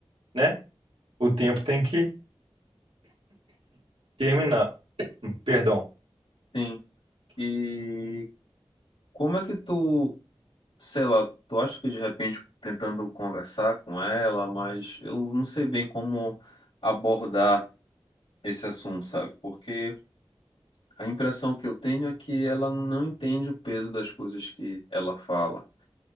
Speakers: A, on the right (about 80°); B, on the left (about 80°).
A: né, o tempo tem que terminar. Perdão.
B: sim. E como é que tu, sei lá, tu acha que de repente tentando conversar com ela, mas eu não sei bem como abordar esse assunto, sabe? Porque a impressão que eu tenho é que ela não entende o peso das coisas que ela fala.